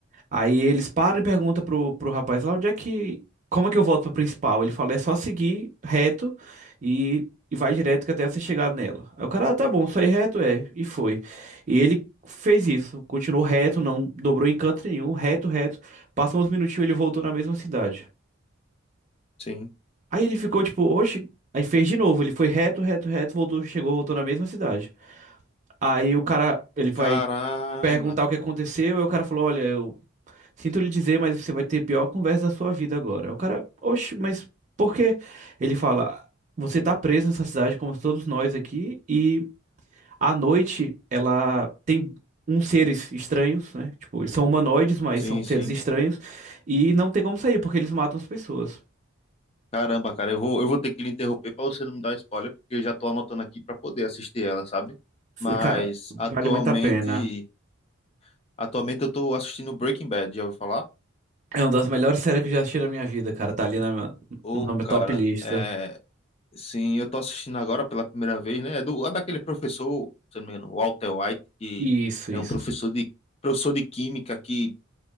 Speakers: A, on the right; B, on the left.
A: Aí eles param e perguntam pro, pro rapaz lá onde é que. Como é que eu volto pra principal? Ele fala, é só seguir reto e, e vai direto que até você chegar nela. Aí o cara, "Ah, tá bom, só ir reto é. E foi. E ele fez isso, continuou reto, não dobrou em canto nenhum, reto, reto. Passou uns minutinhos, ele voltou na mesma cidade.
B: Sim.
A: Aí ele ficou tipo, oxe. Aí fez de novo, ele foi reto, reto, reto, voltou, chegou, voltou na mesma cidade. Aí o cara, ele vai
B: Caramba.
A: perguntar o que aconteceu, aí o cara falou, olha, eu Sinto lhe dizer, mas você vai ter a pior conversa da sua vida agora. O cara, oxe, mas por quê? Ele fala, você tá preso nessa cidade, como todos nós aqui, e à noite ela tem uns seres estranhos, né? Tipo, eles são humanoides, mas
B: Sim,
A: são seres
B: sim.
A: estranhos, e não tem como sair, porque eles matam as pessoas.
B: Caramba, cara, eu vou, eu vou ter que lhe interromper para você não me dar spoiler, porque eu já tô anotando aqui para poder assistir ela, sabe? Mas
A: Cara, vale
B: atualmente,
A: muito a pena.
B: atualmente eu tô assistindo Breaking Bad, já ouviu falar?
A: É uma das melhores séries que eu já assisti na minha vida, cara. Tá ali na minha,
B: Ô,
A: na minha
B: cara,
A: top lista.
B: é, sim, eu tô assistindo agora pela primeira vez, né? É do, é daquele professor, se eu não me engano, Walter White, que
A: Isso,
B: é
A: isso.
B: um professor de, professor de química que